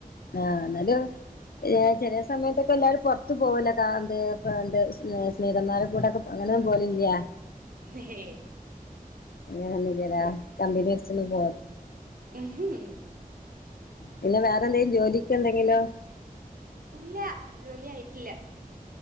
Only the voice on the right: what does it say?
<unintelligible> ഹേ
ഉംഹും <unintelligible>
ഇല്ല ജോലി ആയിട്ടില്ല